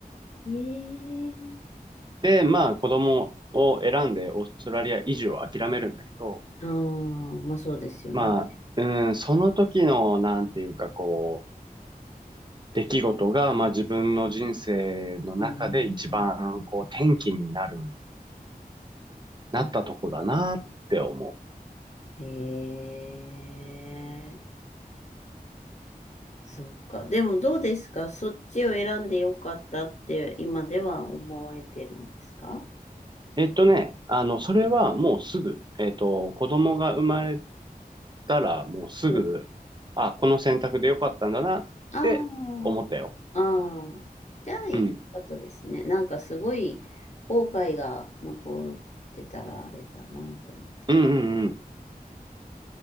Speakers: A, on the left (about 50°); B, on the right (about 30°).
A: ええ
B: で、まあ子供を選んでオーストラリア移住を諦めるんだけど、
A: ああー、まあそうですよね。
B: まあ、うん、その時の、なんていうかこう、出来事が、まあ自分の人生の中で一番こう転機になる、
A: あの、だ、
B: なったとこだなって思う。
A: へえ、そうか。でもどうですかそっちを選んでよかったって今では思われてるんですか
B: えっとね、あの、それはもうすぐ、えっと、子供が生まれたらもうすぐ、
A: うん
B: あ、この選択でよかったんだなって思ったよ。
A: ああ、ああ、じゃあ、よかったですね。
B: うん。
A: なんかすごい後悔が残ってたらあれだなと思う。
B: うんうんうん。